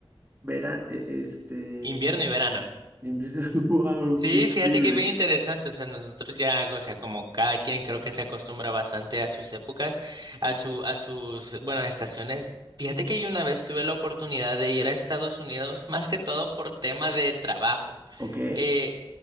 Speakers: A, on the right; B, on the right.
A: verano, este,
B: Invierno y verano.
A: invierno, <laughs> wow,
B: Sí,
A: qué increíble.
B: fíjate que bien interesante. O sea, nosotros ya, o sea, como cada quien creo que se acostumbra bastante a sus épocas, a su, a sus, bueno, estaciones. Fíjate que yo una vez tuve la oportunidad de ir a Estados Unidos, más que todo por tema de trabajo.
A: ¿Ok?
B: Eh,